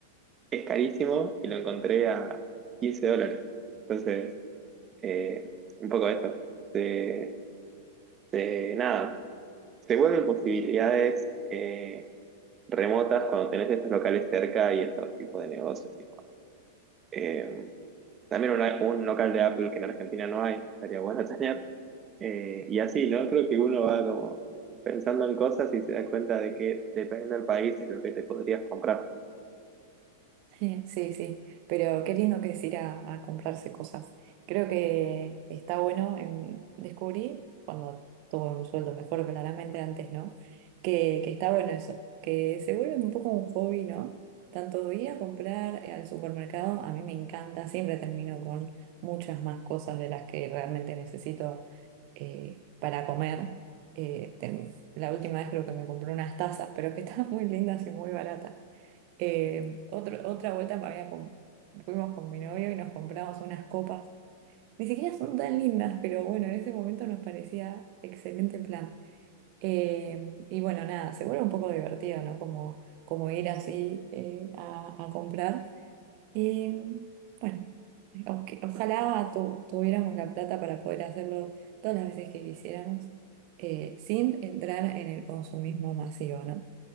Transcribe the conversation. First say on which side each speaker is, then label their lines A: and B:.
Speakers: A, on the right (about 30°); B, on the right (about 50°).
A: es carísimo y lo encontré a 15 dólares. Entonces, eh, un poco eso. Se, se- nada, se vuelven posibilidades eh, remotas cuando tenés estos locales cerca y estos tipos de negocios. y demás. Eh, También una- un local de Apple que en Argentina no hay, estaría bueno tener. Eh, y así, ¿no? Creo que uno va como pensando en cosas y se da cuenta de que dependiendo del país es lo que te podrías comprar.
B: Sí, sí, sí, pero qué lindo que es ir a, a comprarse cosas. Creo que está bueno, en, descubrí cuando tuve un sueldo mejor claramente antes, ¿no? Que, que está bueno eso, que se vuelve un poco un hobby, ¿no? Tanto ir a comprar eh, al supermercado, a mí me encanta, siempre termino con muchas más cosas de las que realmente necesito eh, para comer. Eh, tem- la última vez creo que me compré unas tazas, pero que <laughs> estaban muy lindas y muy baratas. Eh, otro- otra vuelta había com- fuimos con mi novio y nos compramos unas copas. Ni siquiera son tan lindas, pero bueno, en ese momento nos parecía excelente plan. Eh, y bueno, nada, se vuelve un poco divertido, ¿no? Como, como ir así eh, a, a comprar. Y bueno, o- que- ojalá tu- tuviéramos la plata para poder hacerlo todas las veces que quisiéramos, eh, sin entrar en el consumismo masivo, ¿no?